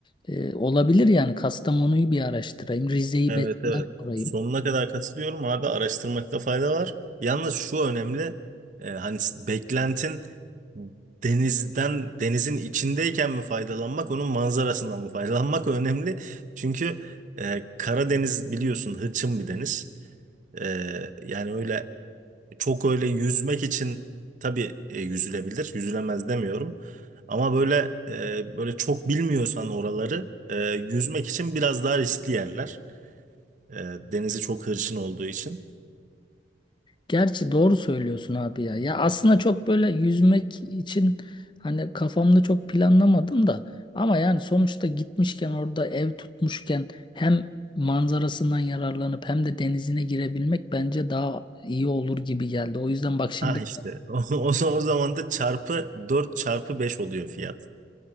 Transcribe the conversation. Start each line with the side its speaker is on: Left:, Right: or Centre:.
Left: Ee, olabilir yani Kastamonu'yu bir araştırayım. Rize'yi
Right: Evet
Left: besinler
Right: evet.
Left: sorayım.
Right: Sonuna
Left: <laughs>
Right: kadar katılıyorum abi araştırmakta fayda var. Yalnız şu önemli e, hani s- beklentin denizden denizin içindeyken mi faydalanmak onun manzarasından mı faydalanmak <laughs> önemli. Çünkü e, Karadeniz biliyorsun hırçın bir deniz. E, yani öyle Çok öyle yüzmek için tabii e, yüzülebilir. Yüzülemez demiyorum. Ama böyle e, böyle çok bilmiyorsan oraları e, yüzmek için biraz daha riskli yerler. E, denizi çok hırçın olduğu için.
Left: Gerçi doğru söylüyorsun abi ya. Ya aslında çok böyle yüzmek için hani kafamda çok planlamadım da ama yani sonuçta gitmişken orada ev tutmuşken hem manzarasından yararlanıp hem de denizine girebilmek bence daha iyi olur gibi geldi. O yüzden bak şimdi
Right: Ha işte <laughs> o, o zaman o zaman da çarpı 4 çarpı 5 oluyor fiyat.